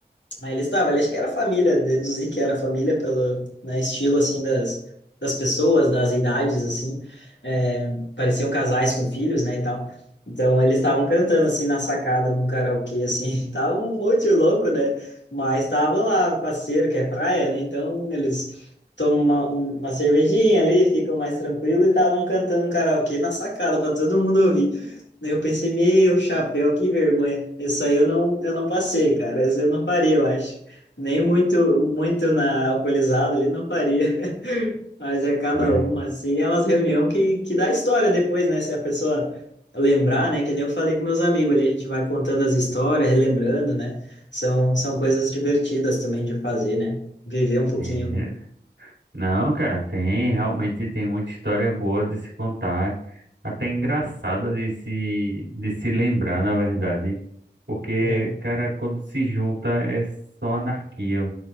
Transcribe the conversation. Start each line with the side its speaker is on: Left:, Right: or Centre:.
Left: Aí ele estava, ele acho que era família, deduzi que era família pelo, né, estilo assim das, das pessoas, das idades assim, é, pareciam casais com filhos, né, e tal. Então eles estavam cantando assim na sacada num karaokê assim, <laughs> tava um monte de louco, né? Mas tava lá parceiro que é praia, né? Então eles tomam uma, um- uma cervejinha ali, ficam mais tranquilo e estavam cantando um karaokê na sacada para todo mundo ouvir. Eu pensei, meu chapéu, que vergonha. Isso aí eu não, eu não passei, cara. Isso eu não faria, eu acho. Nem muito, muito na alcoolizado ali não faria. <laughs> Mas é cada
Right: Mas
Left: uma, assim. É umas reunião que, que dá história depois, né? Se a pessoa lembrar, né? Que nem eu falei com meus amigos ali, a gente vai contando as histórias, relembrando, né? São, são coisas divertidas também de fazer, né? Viver um pouquinho,
Right: é. Não, cara, tem, realmente tem muita história boa de se contar, até engraçada de se de se lembrar, na verdade. Porque,
Left: né?
Right: cara, quando se junta é só anarquia.